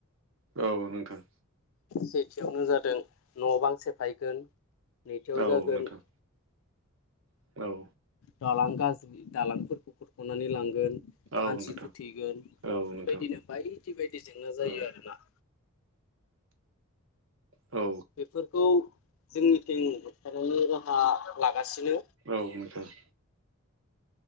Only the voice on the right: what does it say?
औ नोंथां।
औ
नोंथां औ
औ
नोंथां
औ नोंथां
औ
औ
औ नोंथां।